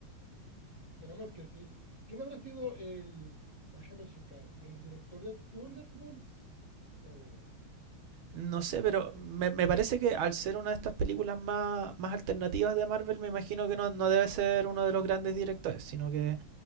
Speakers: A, on the right (about 30°); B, on the right (about 75°).
A: Esperemos que sí. ¿Quién habrá sido el, déjame checar, el director de Thunderbolts? A ver.
B: No sé, pero me, me parece que al ser una de estas películas más, más alternativas de Marvel, me imagino que no, no debe ser uno de los grandes directores, sino que